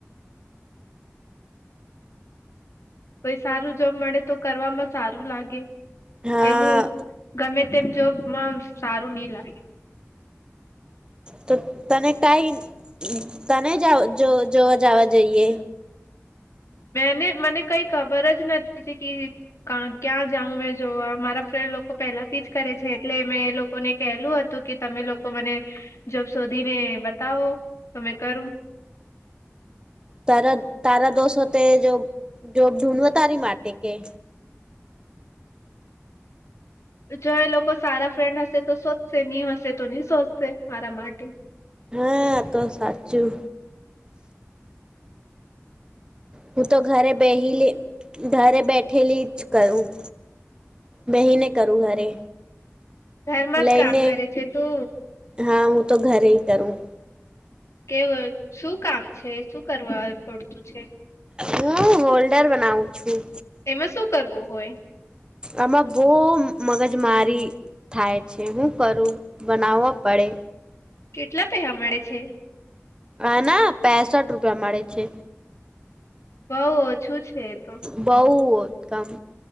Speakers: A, on the left; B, on the right.
A: કોઈ સારું જોબ મળે તો કરવામાં સારું લાગે
B: હા
A: એવું ગમે તેમ જોબમાં સારું નહ લાગે
B: તો તને કઈ તને જ જો જોવા જવા જઈએ
A: મેને મને કઈ ખબર જ નથી કે ક્યાં જાઉં મેં જોવા મારા ફ્રેન્ડ લોકો પહેલાથી જ કરે છે, એટલે મેં એ લોકો લોકોને કહેલું હતું કે તમે લોકો મને જોબ શોધીને બતાવો તો મે કરું
B: તારા તારા દોષ હોતે જો જો ઢઢવ તારી માટી કે
A: જો એ લોકો સારા ફ્રેન્ડ હશે તો સોધશે નહી હશે તો નહી સોચશે મારા માટે
B: હા તો સાચું. હું તો ઘરે બેહીલી ઘરે બેઠેલી જ કરું- બહીને કરું ઘરે
A: ઘરમાં જ
B: લઈને
A: કામ કરે છે, તુ
B: હા હું, તો ઘરે હ કરું
A: કેવ શું કામ છે શું કરવા પડતું છે.
B: હું હોલ્ડર બનાવું છું.
A: એમાં શું કરવું હોય
B: આમાં બહુ મગજમારી થાય છે હું કરું બનાવવા પડે
A: કેટલા પેહ મળે છે.
B: હા ના પસઠ રૂપિયા મળે છે.
A: બઉ ઓછું છે, તો
B: બહુત્તમ